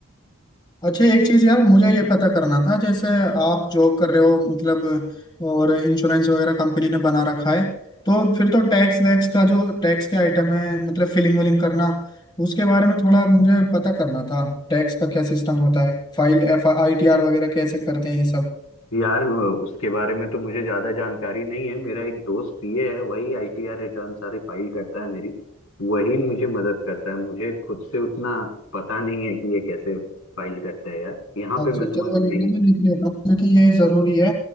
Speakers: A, on the left; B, on the left.
A: अच्छा एक चीज यार मुझे ये पता करना था जैसे आप जॉब कर रहे हो मतलब और इंश्योरेंस वगैरह कंपनी ने बना रखा है तो फिर तो टैक्स वैक्स का जो टैक्स के आइटम है मतलब फिलिंग विलिंग करना उसके बारे में थोड़ा मुझे पता करना था टैक्स का क्या सिस्टम होता है file F I T R वगैरह कैसे करते हैं ये सब
B: यार उसके बारे में तो मुझे ज्यादा जानकारी नहीं है मेरा एक दोस्त पीए है वही आईटीआर रिटर्न सारी फाइल करता है मेरी वही मुझे मदद करता है मुझे खुद से उतना पता नहीं है कि ये कैसे फाइल करते हैं यार यहाँ
A: अच्छा
B: पे मैं तुम्हारी
A: चलो
B: नहीं
A: ये ना मैं लिख लेता हूँ क्योंकि ये जरूरी है